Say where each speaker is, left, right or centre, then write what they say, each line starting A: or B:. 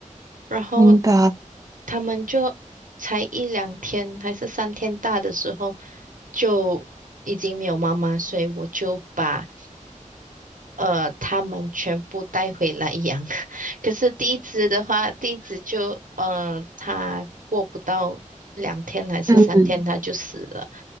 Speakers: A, on the right; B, on the right.
A: 然后
B: 明白。
A: 他们就才一两天还是三天大的时候，就已经没有妈妈，所以我就把呃他们全部带回来养。<laughs> 可是第一只的话，第一只就嗯、呃，它过不到两天还是三天，
B: 嗯
A: 它就死了。